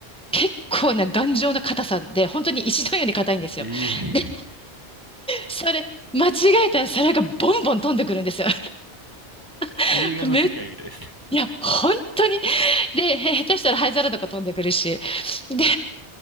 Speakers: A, in the centre; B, on the right (about 20°).
A: 結構な頑丈な硬さで、本当に石のように硬いんですよ。
B: い
A: で、
B: い。
A: それ、間違えたら皿がボンボン飛んでくるんですよ。<laughs>
B: 映画の世界みたいですね。
A: め、いや、本当にで、へ下手したら灰皿とか飛んでくるし。で、